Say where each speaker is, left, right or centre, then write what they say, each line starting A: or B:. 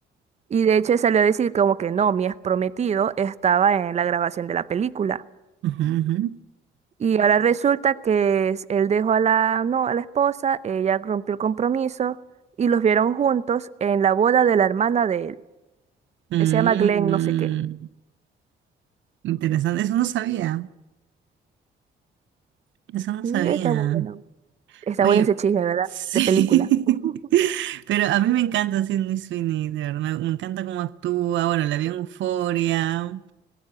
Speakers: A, on the right; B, on the right.
A: Y de hecho salió a decir como que no, mi ex prometido estaba en la grabación de la película.
B: ajá, ajá.
A: Y ahora resulta que es- él dejó a la, no, a la esposa, ella rompió el compromiso y los vieron juntos en la boda de la hermana de él,
B: Mm,
A: que se llama Glenn no sé qué.
B: interesante, eso no sabía. Eso no
A: Sí,
B: sabía.
A: está muy bueno. Está
B: Oye,
A: bueno ese chisme, ¿verdad?
B: sí.
A: De película. <laughs>
B: <laughs> Pero a mí me encanta Sydney Sweeney, de verdad. Me, me encanta cómo actúa. Bueno, la vi en Euphoria.